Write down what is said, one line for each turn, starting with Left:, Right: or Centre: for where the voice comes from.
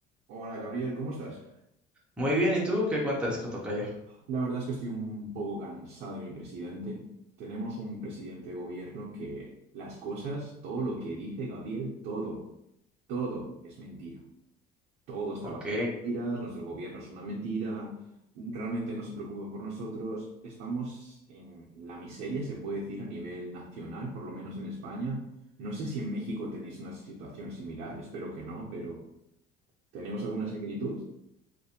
Right: Hola Gabriel, ¿cómo estás?
Centre: Muy bien, ¿y tú qué cuentas, Cotocayo?
Right: La verdad es que estoy un poco cansado de mi presidente. Tenemos un presidente de gobierno que las cosas, todo lo que dice Gabriel, todo, todo es mentira. Todo está
Centre: Ok.
Right: basado en mentiras, nuestro gobierno es una mentira, realmente no se preocupa por nosotros. Estamos en la miseria, se puede decir, a nivel nacional, por lo menos en España. No sé si en México tenéis una situación similar, espero que no, pero ¿tenemos alguna similitud?